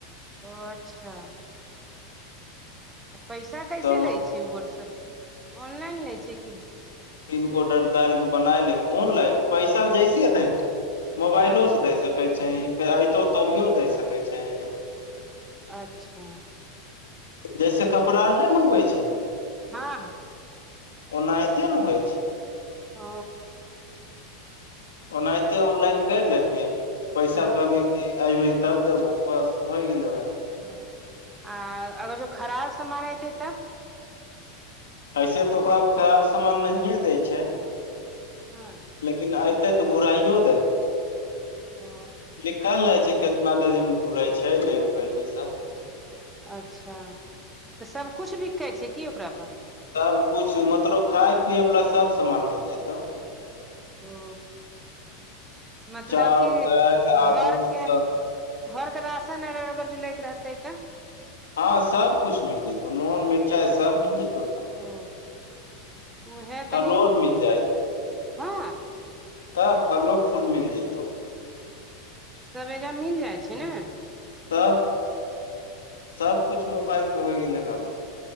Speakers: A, on the right; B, on the left.
A: ओ अच्छा आ पैसा कैसे
B: तब
A: लै छै ओर सब ऑनलाइन लै छै की
B: पिनकोड आर डालि के बनाय लेबै ऑनलाइन पैसा जैसे दहि मोबाइलो
A: अच्छा
B: सँ दे सकै छहि फेर अयतो तभियो द सकैत छहं
A: अच्छा
B: जैसे कपड़ा और ने मंगबै छै
A: हँ
B: ओनाहिते ने होइ छै
A: ओ
B: ओनाहिते ऑनलाइन करि लेबही पैसा
A: हँ
B: कभी की अपबह तब देबौ बस होइ गेलै वएह
A: ह आ अगर ओ खराब सामान अऐतै तऽ
B: ऐसे तऽ ओकरा खराब सामान नहिये दै छै
A: हँ
B: लेकिन अयतै तऽ घूराइयो देबै
A: ओ
B: लिखल रहै छै कितना देरी मे घुरे छै नहि घुरे छै से
A: अच्छा तऽ सबकिछु बिकै छै की ओकरा पास
B: सब कुछु मतलब खाय पियए वालला सब समान मिल जेतौ
A: ओ मतलब
B: चाउर
A: कि
B: दालि
A: घर
B: आलू
A: के
B: सब
A: घर के राशन अगर लै के रहतै तऽ
B: हँ सबकुछ मिल जेतौ नून मिरचाइ सब मिल जेतौ तऽ
A: ओ उहे
B: फलो
A: तनी
B: आर मिल
A: हँ
B: तऽ फलो फूल मिल जतौ
A: सब एहिज मिल जाइ छै ने
B: तब सब कछ मोबाइल पे होइ गेलै आब